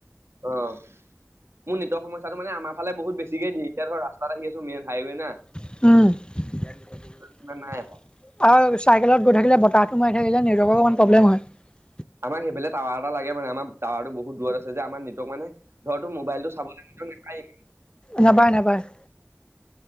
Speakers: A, on the right; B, on the left.
A: অ মোৰ নিজৰ সমস্যাটো মানে আমাৰ ফালে বহুত বেছিকে দিয়ে এতিয়া ধৰ ৰাস্ত- ত কিছো মেইন হাইৱে ন-
B: উম আৰু চাইকেলত গৈ
A: ইমান
B: থাকিলে
A: নাই এটা।
B: বতাহ- সোমাই থাকি যে নেটৱৰ্কৰ অকমান প্ৰব্লেম হয়-
A: আমাক সেইফাল টাৱাৰ এটা লাগে মানে আম টাৱাৰ বহুত দূৰত আছে যে আমাৰ নেটৱৰ্ক মানে ধৰো মোবাইল টো চাব লাগে- নেটৱৰ্ক নাপায় -
B: নাপায় নাপায়-